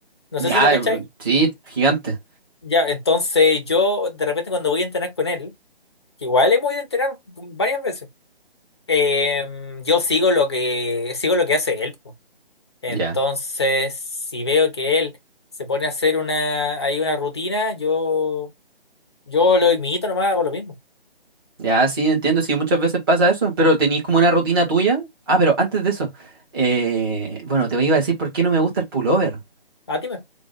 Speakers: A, on the left; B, on the right.
A: No
B: ya,
A: sé si lo cacháis.
B: mm, sí, gigante.
A: Ya, entonces yo de repente cuando voy a entrenar con él, que igual hemos ido a entrenar varias veces, eh, yo sigo lo que, sigo lo que hace él, po. Entonces,
B: Ya.
A: si veo que él se pone a hacer una, ahí una rutina, yo, yo lo imito nomás, hago lo mismo.
B: Ya, sí, entiendo, sí, muchas veces pasa eso, pero tenéis como una rutina tuya. Ah, pero antes de eso, eh, bueno, te iba a decir por qué no me gusta el pullover.
A: A ti me.